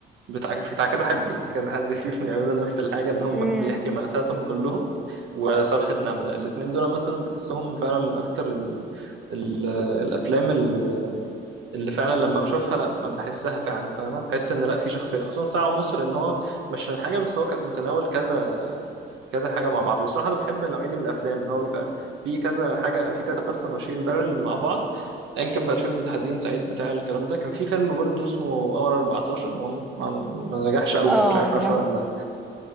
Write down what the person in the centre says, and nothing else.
مم.
اه
ده م-